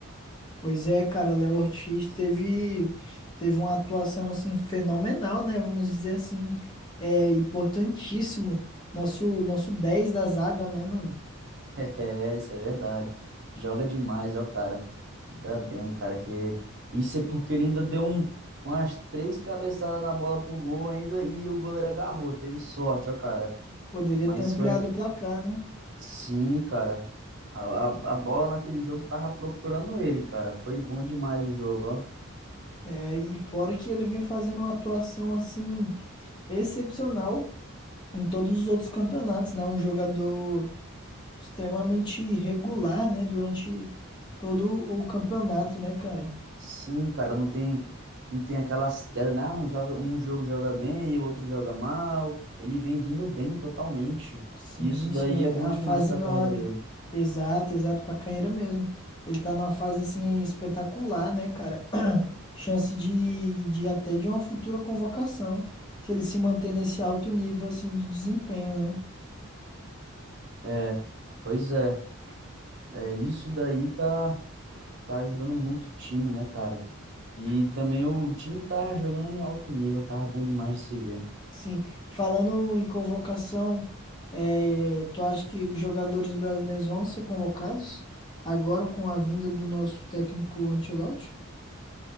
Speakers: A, on the left (about 20°); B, on the right (about 55°).
A: Pois é, cara, Léo Ortiz teve, teve uma atuação assim fenomenal, né? Vamos dizer assim, é importantíssimo. Nosso, nosso 10 da zaga, né, mano?
B: <laughs> É, isso é verdade. Joga demais, ó, cara. Ainda bem, cara, que... Isso é porque ele ainda deu um, umas três cabeçadas na bola pro gol ainda e o goleiro agarrou. Teve sorte, ó, cara.
A: Poderia
B: Mas
A: ter ampliado
B: foi...
A: o placar, né?
B: Sim, cara. A, a, a bola naquele jogo tava procurando ele, cara. Foi bom demais o jogo, ó.
A: É, e fora que ele vem fazendo uma atuação assim excepcional em todos os outros campeonatos, né? Um jogador extremamente regular, né? Durante todo o campeonato, né, cara?
B: Sim, cara, não tem não tem aquelas quedas, né? Ah, um joga, um jogo joga bem e o outro joga mal. Ele vem vindo bem totalmente.
A: Sim,
B: E isso
A: sim.
B: daí é bom
A: A
B: demais
A: a fase.
B: para
A: a-
B: a carreira
A: ele-
B: dele.
A: exato, exato, pra carreira mesmo. Ele tá numa fase assim espetacular, né, cara? <clears throat> Chance de, de até de uma futura convocação, se ele se manter nesse alto nível assim de desempenho, né?
B: É, pois é, é isso daí tá tá ajudando muito o time, né, cara? E também o time tá jogando em alto nível, tava bom demais de se ver.
A: Sim, falando em convocação, eh, tu acha que os jogadores brasileiros vão ser convocados agora com a vinda do nosso técnico Ancelotti?